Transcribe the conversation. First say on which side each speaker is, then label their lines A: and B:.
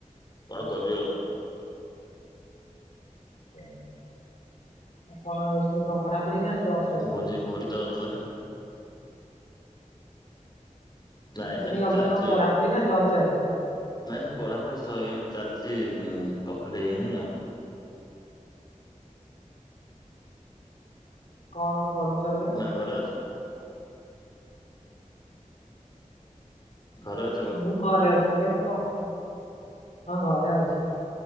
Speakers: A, on the left; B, on the left.
A: କଣ କରିବେ ଆଉ।
B: <unintelligible> କଣ ପଢା ପଢି ନା ଜବ୍? ଚାଲିଛି?
A: ଭୋଜି ଭୋଜି ତ ଥିଲା ଗୋଟେ। ନାଇଁ
B: ମୁଁ
A: ସେମିତି
B: କହିଲି ଅଭିିକା
A: ଚାଲିଛି
B: କଣ ପଢାପଢି
A: ଆଉ।
B: ନା ଜବ୍ ଚାଲିଛି?
A: ନାଇଁ ସେ ପଢ଼ାପଢ଼ି ସଇ ଚାଲିଛି କମ୍ପ୍ଲିଟ୍ ହେଇନି ଆଉ।
B: କଣ ପଢୁଛ ଏବେ?
A: ନା ଘରେ ଅଛ? ଘରେ ଅ
B: ମୁଁ ଘରେ ଅଛି ମୁଁ କି କ ହଁ ଘରେ ଅଛି।